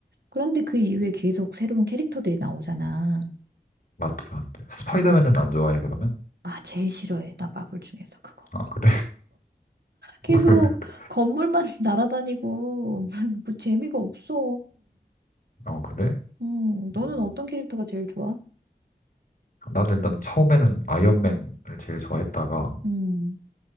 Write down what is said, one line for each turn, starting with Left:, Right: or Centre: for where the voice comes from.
Right: 그런데 그 이후에 계속 새로운 캐릭터들이 나오잖아.
Left: 맞지, 맞지. 스파이더맨은
Right: 근,
Left: 안 좋아해, 그러면?
Right: 아, 제일 싫어해. 나 마블 중에서 그거.
Left: 아, 그래?
Right: 계속
Left: <laughs>
Right: 건물만 <laughs> 날아다니고, <laughs> 뭐 재미가 없어.
Left: 어, 그래?
Right: 음,
Left: 음,
Right: 너는 어떤 캐릭터가 제일 좋아?
Left: 난 일단 처음에는 아이언맨을 제일 좋아했다가,
Right: 음.